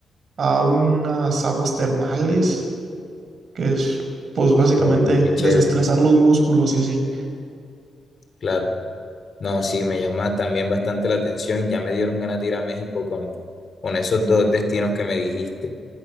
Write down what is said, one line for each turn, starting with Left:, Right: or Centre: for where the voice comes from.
Right: a unas aguas termales, que es, pues básicamente
Left: Oye, qué chévere,
Right: desestresar los músculos y así.
Left: claro. No, sí, me llama también bastante la atención. Ya me dieron ganas de ir a México con, con esos dos destinos que me dijiste.